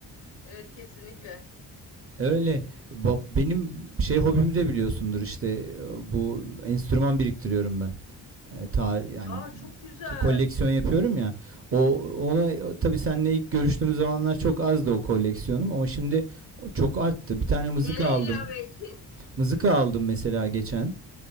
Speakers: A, on the left; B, on the right.
A: Evet, kesinlikle.
B: Öyle. Ba- Benim şey hobim de biliyorsundur işte e, bu enstrüman biriktiriyorum ben. e, tar- yani
A: Aa çok güzel.
B: koleksiyon yapıyorum ya. O ona tabii seninle ilk görüştüğümüz zamanlar çok azdı o koleksiyonum ama şimdi çok arttı. Bir tane
A: Neler
B: mızıka aldım.
A: ilave ettin?
B: Mızıka aldım mesela geçen.